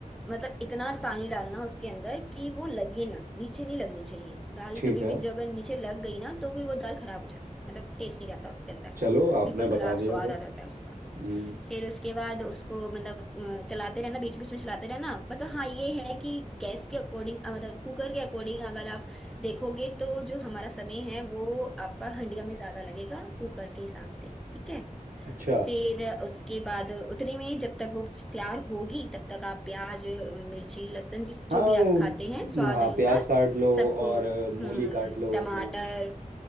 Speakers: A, in the centre; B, on the right (about 85°).
A: मतलब इतना पानी डालना उसके अंदर कि वो लगे ना नीचे नहीं लगनी चाहिए दाल
B: ठीक
A: कभी
B: है
A: भी जगह नीचे लग गई ना तो फिर वो दाल खराब हो जाती है। मतलब टेस्ट नहीं रहता उसके अंदर
B: चलो आपने
A: बिल्कुल
B: बता
A: खराब
B: दिया
A: स्वाद
B: तो
A: आ जाता है उसका।
B: हम्म
A: फिर उसके बाद उसको मतलब अ, चलाते रहना बीच बीच में चलाते रहना मतलब हाँ ये है कि गैस के अकॉर्डिंग मतलब कुकर के अकॉर्डिंग अगर आप देखोगे तो जो हमारा समय है वो आपका हंडिया में ज्यादा लगेगा कुकर के हिसाब से ठीक है
B: अच्छा
A: फिर उसके बाद उतने में जब तक वो तैयार होगी तब तक आप प्याज मिर्ची लहसुन जिस
B: हाँ
A: जो भी आप खाते हैं स्वाद
B: हाँ
A: अनुसार
B: प्याज काट लो
A: सबको
B: और मूली
A: हम्म
B: काट लो
A: टमाटर
B: अपने